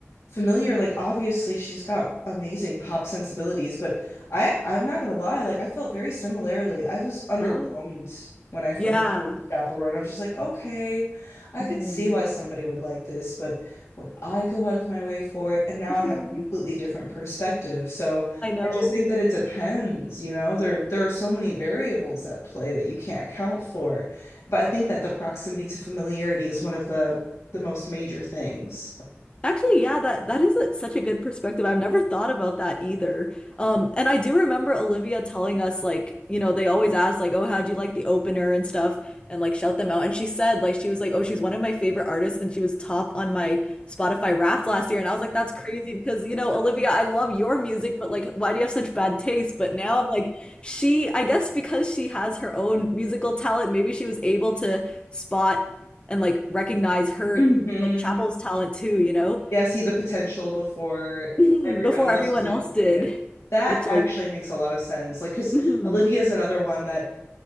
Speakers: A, on the left (about 90°); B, on the left (about 20°).
A: familiar. Like obviously she's got amazing pop sensibilities, but I I'm not gonna lie, like I felt very similarly. I was underwhelmed
B: Oh.
A: when I first
B: Yeah.
A: heard Chaperone. I was just like, okay, I
B: Mhm.
A: could see why somebody would like this, but would I go out of my way for it? And now
B: Mhm.
A: I have a completely
B: <laughs>
A: different perspective. So
B: I know.
A: I just think that it depends, you know. There there are so many variables at play that you can't account for. But I think that the proximity to familiarity is one of the the most major things.
B: Actually, yeah, that that is a, such a good perspective. I've never thought about that either. Um, and I do remember Olivia telling us like, you know, they always ask like, "Oh, how'd you like the opener and stuff?" and like shout them out. And she said like she was like, "Oh, she's one of my favorite artists and she was top on my Spotify Wrapped last year." And I was like, "That's crazy because, you know, Olivia, I love your music, but like why do you have such bad taste?" But now I'm like, she, I guess because she has her own musical talent, maybe she was able to spot and like recognize her
A: hmm
B: like Chapel's talent too, you know,
A: Yeah, see the potential before
B: <laughs>
A: everybody
B: before
A: else
B: everyone
A: was able
B: else
A: to
B: did,
A: see it. That
B: which
A: actually
B: like
A: makes a lot of sense. Like, because
B: mhm,
A: Olivia is another one that